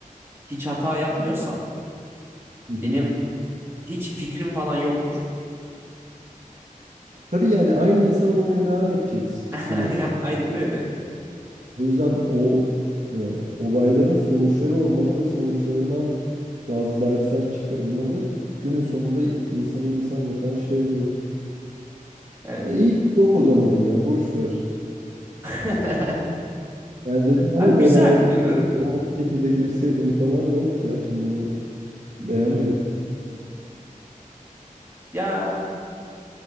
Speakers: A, on the right (about 15°); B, on the right (about 60°).
A: hiç hata yapmıyorsam
B: Hı hı.
A: benim hiç fikrim falan yoktur.
B: Tabii yani aynı insan olmaya devam edeceksin
A: <laughs>
B: sonuçta.
A: Aynen öyle.
B: O yüzden o e, olayların sonuçları olmalı ve sonuçlarından bazı dersler çıkarılmalı. Günün sonunda insanı insan yapan şey bu.
A: Evet.
B: Ya iyi ki yok o zaman ya boş ver.
A: <laughs>
B: Yani dedim ama
A: Abi
B: böyle
A: güzel
B: hani
A: bilmiyorum.
B: o şekilde girseydim falan yok ya şimdi
A: Hı
B: beğenmedim.
A: hı. Ya